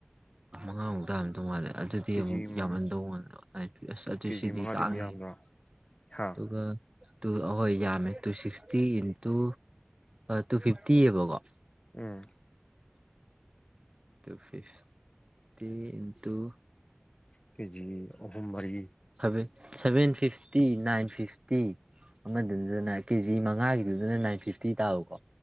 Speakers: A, on the right; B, on the left.
A: ꯃꯉꯥꯃꯨꯛꯇꯔꯝꯗꯧ ꯃꯥꯜꯂꯦ ꯑꯗꯨꯗꯤ
B: ꯀꯦꯖꯤ
A: ꯑꯃꯨꯛ
B: ꯃꯉꯥ
A: ꯌꯥꯝꯃꯟꯗꯧ ꯃꯥꯟꯕ ꯑꯥꯏ ꯄꯤ ꯑꯁ ꯑꯗꯨ
B: ꯀꯦꯖꯤ
A: ꯁꯤꯗꯤ
B: ꯃꯉꯥꯗꯤ
A: ꯇꯥꯡꯉꯤꯍꯦ
B: ꯑꯃꯨꯛ ꯌꯥꯝꯗ꯭ꯔꯣ ꯍꯥ
A: ꯑꯗꯨꯒ ꯇꯨ ꯑꯍꯣꯏ ꯌꯥꯝꯃꯦ ꯇꯨ ꯁꯤꯛꯁꯇꯤ ꯏꯟꯇꯨ ꯇꯨ ꯐꯤꯐꯇꯤꯑꯕꯀꯣ
B: ꯎꯝ
A: ꯎ ꯇꯨ ꯐꯤꯐꯇꯤ ꯏꯟ ꯇꯨ
B: ꯀꯦꯖꯤꯒ ꯑꯍꯨꯝ ꯃꯔꯤ
A: seven seven fifty nine fifty ꯑꯃꯗꯨꯗꯅ ꯀꯦꯖꯤ ꯃꯉꯥꯒꯤꯗꯨꯗꯅ ꯅꯥꯏꯟ ꯐꯤꯐꯇꯤ ꯇꯥꯕꯀꯣ